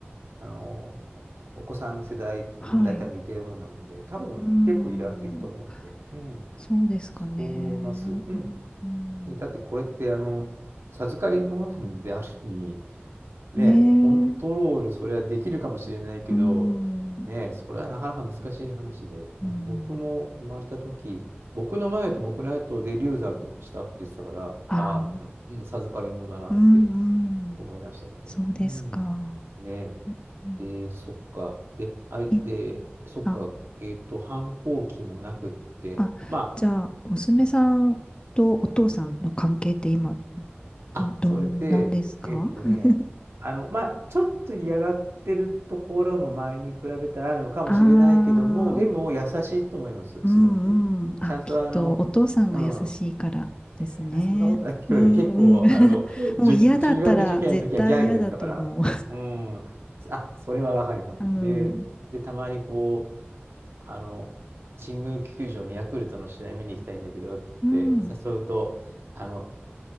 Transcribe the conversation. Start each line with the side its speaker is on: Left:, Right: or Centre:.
Right: あの、お子さんの世代も大体似てるもんなもんで、
Left: はい。
Right: 多分結構いら、
Left: うん、
Right: いると思うので、うん、
Left: そうですかね。
Right: そう思います。うん。
Left: うん、うん。
Right: でだってこれって、あの、授かり物なんで、ある意味、ね、
Left: ね
Right: コントロール、
Left: え。
Right: それはできるかもしれないけど、
Left: うん。
Right: ね、それはなかなか難しい話で、
Left: うん。
Right: うん、僕も生まれた時、僕の前と僕の後で流産したって言ってたから、
Left: ああ、
Right: ああ、うん、授かり物だなって
Left: うんうん。
Right: 思いました、本当に。
Left: そうですか。
Right: うん。ね、
Left: うん
Right: で、そっか。で、あれ、
Left: い
Right: で、そっか、
Left: あ、
Right: えっと、反抗期もなくって、
Left: あ、
Right: まあ、
Left: じゃあ、娘さんとお父さんの関係って今、
Right: あ、
Left: ど、どんなんですか
Right: それで、えっとね、
Left: <laughs>
Right: あの、まあ、ちょっと嫌がってるところも前に比べたらあるのかもしれないけども、
Left: ああ、
Right: でも優しいと思います、
Left: うんうん。
Right: すごく。
Left: あ、
Right: ちゃんとあの、
Left: きっとお父さんが優しいからですね。
Right: うん。いや、いやまあそんなことないけどね、
Left: うんうん。
Right: 結構、
Left: <laughs>
Right: あの、
Left: もう嫌だったら絶対嫌だと思う。
Right: 受中学受験の時はギャーギャー言ってたから、うん。あ、それはわかります。
Left: うん。
Right: で、で、たまにこう、あの、神宮球場にヤクルトの試合見に行きたいんだけどって誘うと、
Left: うん。
Right: あの、